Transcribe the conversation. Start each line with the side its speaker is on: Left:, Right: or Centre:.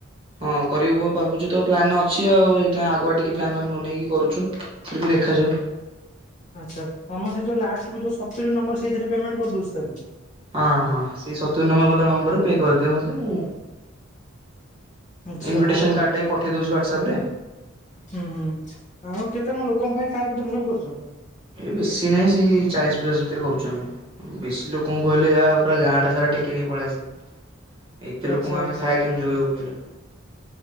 Right: ହଁ କରିବୁ ଭାବୁଛୁ ତ ପ୍ଲାନ ଅଛି ଆଉ ସେଥିପାଇଁ ଆଗ ପ୍ଲାନ ଫ୍ଲାନ ବନେଇକି କରୁଛୁ ଫିର ବି ଦେଖାଯାଉ।
Left: ଆଚ୍ଛା ତମର ସେଇ ଯୋଉ ଲାଷ୍ଟକୁ ଯୋଉ ସତୁରି ନମ୍ବର ସେଇଥିରେ ପେମେଣ୍ଟ କରିଦଉଛି ତାହେଲେ?
Right: ହଁ ହଁ ସେଇ ସତୁରି ନମ୍ବର ବାଲା ନମ୍ବରରେ ପେ କରିଦିଅ ମତେ ମୁଁ
Left: ଆଚ୍ଛା
Right: ଇନଭିଟେସନ
Left: ହଉ
Right: କାର୍ଡ ଟା ବି ପଠେଇ ଦଉଛି ହ୍ୱାଟ୍ଆପରେ।
Left: ହୁଁ ହୁଁ ଆଉ କେତେ କଣ ଲୋକଙ୍କ ପାଇଁ ଖାଇବା ପତ୍ର ସବୁ କରୁଛ?
Right: ଏ ବେଶୀ ନାହିଁ ସେଇ ଚାଳିଶ ପଚାଶ ଭିତରେ କରୁଛୁ ଆମେ। ବେଶୀ ଲୋକଙ୍କୁ କହିଲେ ଯା ପୁରା ଗାଁ ଟା ସାରା ଟେକି ନେଇ ପଳେଇ ଆସିବେ। ଏତେ
Left: ଆଚ୍ଛା
Right: ଲୋକଙ୍କୁ ଆମେ
Left: ଆଚ୍ଛା
Right: ଖାଇବା କେମିତି ଯୋଗେଇବୁ କହିଲ।